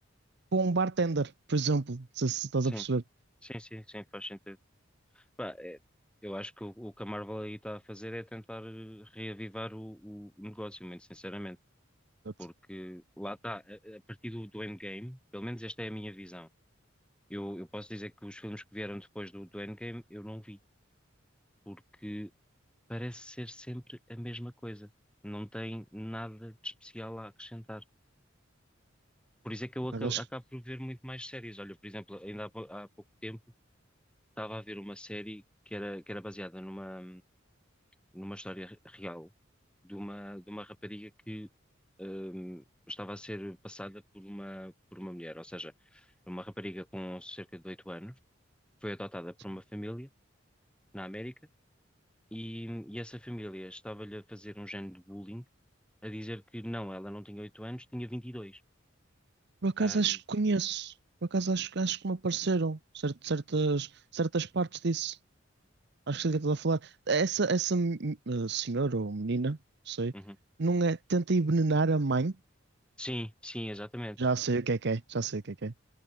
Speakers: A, on the right (about 60°); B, in the centre.
A: para um bartender, por exemplo. Não sei se estás
B: sim,
A: a perceber.
B: sim, sim, sim, faz sentido. Pá, é, eu acho que o, o que a Marvel aí está a fazer é tentar eh, reavivar o, o negócio, muito sinceramente,
A: Portanto,
B: porque lá está, a, a partir do do Endgame, pelo menos esta é a minha visão Eu, eu posso dizer que os filmes que vieram depois do, do Endgame eu não vi, porque parece ser sempre a mesma coisa. Não tem nada de especial a acrescentar. Por isso é que eu acabo,
A: por acaso, acho
B: acabo
A: que
B: por ver muito mais séries. Olha, por exemplo, ainda há, pou- há pouco tempo estava a ver uma série que era, que era baseada numa, numa história re- real de uma, de uma rapariga que hum, estava a ser passada por uma, por uma mulher. Ou seja, uma rapariga com cerca de 8 anos, foi adotada por
A: Sim.
B: uma família na América E, e essa família estava-lhe a fazer um género de bullying, a dizer que não, ela não tinha 8 anos, tinha 22.
A: Por acaso
B: Ahm,
A: acho que conheço. Por acaso acho, acho que me apareceram cer- certas, certas partes disso. Acho que sei do que estás a falar. Essa, essa hum, eh, senhora ou menina, não sei,
B: uhum.
A: não é, tenta envenenar a mãe.
B: Sim, sim, exatamente.
A: Já sei o que é que é, já sei o que é que é.